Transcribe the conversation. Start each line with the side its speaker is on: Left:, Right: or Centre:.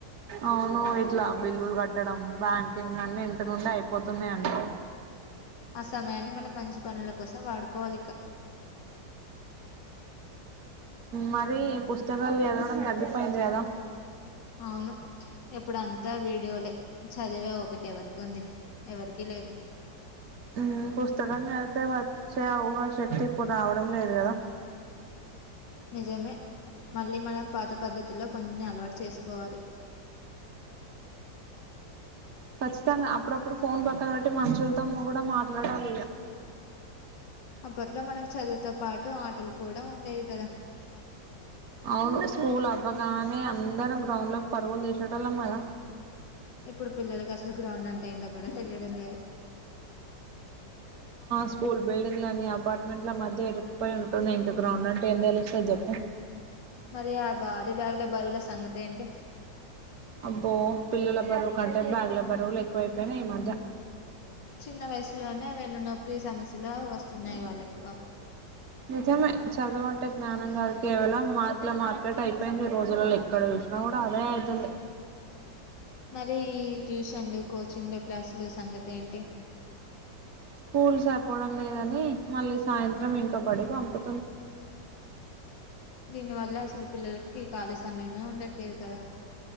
Right: అవును ఇట్లా బిల్లులు కట్ పెట్టడం బ్యాంకింగ్ అన్ని ఇంటి నుండే అయిపోతున్నాయండి
Left: ఆ సమయాన్ని మనం మంచి పనుల కోసం వాడుకోవాలిక
Right: మరి పుస్తకాలు చదవడం తగ్గిపోయింది కదా
Left: అవును ఇప్పుడు అంతా వీడియోలే చదివే ఓపిక ఎవరికి ఉంది ఎవరికి లేదు
Right: ఉమ్ పుస్తకం చదివితే వచ్చే ఆ ఊహాశక్తి ఇప్పుడు రావడం లేదు కదా
Left: నిజమే మళ్ళీ మనం పాత పద్ధతుల్లో కొన్ని అలవాటు చేసుకోవాలి
Right: ఖచ్చితంగా అప్పుడప్పుడు ఫోన్ పక్కన పెట్టి మనుషులతో కూడా మాట్లాడాలి ఇక
Left: అప్పట్లో మనకు చదువుతో పాటు ఆటలు కూడా ఉండేవి కదా
Right: అవును స్కూల్ అవ్వగానే అందరం గ్రౌండ్ లోకి పరుగులు తీసేటోళ్ళమ్ కదా
Left: ఇప్పుడు పిల్లలకి అసలు గ్రౌండ్ అంటే ఏంటో కూడా తెలియడం లేదు
Right: స్కూల్ బిల్డింగులు అన్నీ అపార్ట్‌మెంట్ల మధ్య ఇరుక్కుపోయి ఉంటున్నాయి, గ్రౌండ్ అంట ఏం తెలుస్తది చెప్పు
Left: మరి ఆ భారీ బ్యాగుల బరువుల సంగతి ఏంటి
Right: అబ్బో పిల్లల బరువు కంటే బ్యాగులే బరువులు ఎక్కువ అయిపోయినాయి ఈ మధ్య
Left: చిన్న వయసులోనే వెన్నునొప్పి సమస్యలు వస్తున్నాయి వాళ్ళకి పాపం
Right: నిజమే చదువు అంటే జ్ఞానం కాదు కేవలం మార్కుల మార్కెట్ అయిపోయింది రోజులలో ఎక్కడ చూసినా కూడా అదే అయితుంది
Left: మరి ఈ ట్యూషన్లు కోచింగ్లు క్లాసులు సంగతేంటి
Right: స్కూల్ సరిపోవడం లేదని మళ్ళీ సాయంత్రం ఇంకా బడికి పంపి
Left: దీనివల్ల అసలు పిల్లల కి ఖాళీ సమయమే ఉండట్లేదు కదా